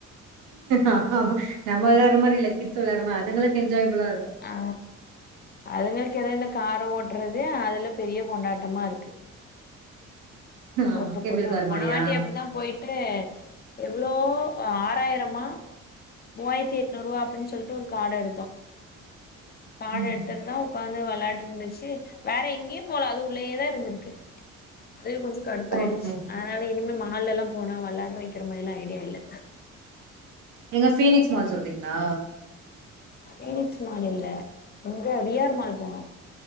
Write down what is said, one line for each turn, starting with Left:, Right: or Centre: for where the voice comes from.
Right: ஆ ஆமா நம்ம விளையாடுற மாரி இல்ல கிட்ஸ் விளையாடுற மாரி அதுங்களுக்கு என்ஜாயபிளா இருக்கு
Left: ஆ அதுங்களுக்கு ஏதாவது இந்த காரை ஓட்டுறதுே அதுல பெரிய கொண்டாட்டமா இருக்கு போட்டு
Right: ஆமா கேபிள்
Left: போட்டு
Right: கார்
Left: போனை
Right: மாரியா
Left: வாட்டி அப்படிதா போயிட்டு எவ்ளோ ஆறாயிரமா மூவாயிரத்தி எட்நூறு ரூபா் அப்டின்னு சொல்லிட்டு ஒரு காட எடுத்தோ காட
Right: ம்
Left: எடுத்துட்டுதா உகந்து வந்து விளையாட்டு இருந்துச்சு வேற எங்கேயே போலா அது உள்ளேயே தா இருந்திருக்கு அது கொஞ்சோ கடுப்பாயிடுச்சு
Right: ஓகே ஓகே
Left: அதுனால இனிமே மால்லலா போனா விளாட வைக்கிற மாதிர ல்லா ஐடியா இல்ல
Right: எங்க ஃபீனெக்ஸ் மால் சொல்றீங்களா
Left: பிக்ஸ் மால் இல்ல இங்க விஆர் மால் போனோ